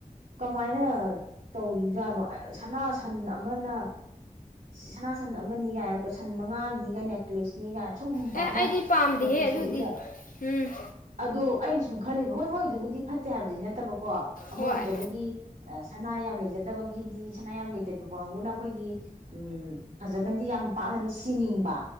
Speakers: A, on the right; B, on the left.
A: ꯀꯃꯥꯏꯅ ꯇꯧꯔꯤꯕꯖꯥꯠꯅꯣ ꯁꯅꯥ ꯁꯟ ꯑꯃꯅ ꯁꯅꯥꯁꯟ ꯑꯃꯅꯤꯒꯥꯏ ꯁꯟ ꯃꯉꯥꯒꯤꯅꯤꯒ ꯅꯦꯛꯀ꯭ꯂꯦꯁꯅꯤꯒꯥꯏ ꯁꯨꯝ ꯄꯥꯛꯅꯒ
B: ꯑꯦ ꯑꯩꯗꯤ ꯄꯥꯝꯗꯦꯍꯦ
A: ꯄꯨꯊꯣꯛꯏꯗ
B: ꯑꯗꯨꯗꯤ ꯎꯝ
A: ꯑꯗꯨ ꯑꯩꯅ ꯁꯨꯝ ꯈꯜꯂꯤꯕ ꯍꯣꯏ ꯕꯨꯗꯤ ꯐꯠꯇꯦ ꯍꯥꯏꯕꯗꯤ ꯅꯠꯇꯕ ꯀꯣ ꯑꯃꯔꯣꯝꯗꯕꯨꯗꯤ
B: ꯍꯣꯏ
A: ꯁꯅꯥ ꯌꯥꯝ ꯂꯩꯖꯗꯕꯒꯤꯗꯤ ꯁꯅꯥ ꯌꯥꯝ ꯂꯩꯇꯕ ꯀꯥꯡꯕꯨꯅ ꯑꯩꯈꯣꯏꯒꯤ ꯎꯝ ꯐꯖꯅꯗꯤ ꯌꯥꯝ ꯄꯥꯛꯅꯗꯤ ꯁꯤꯅꯤꯡꯕ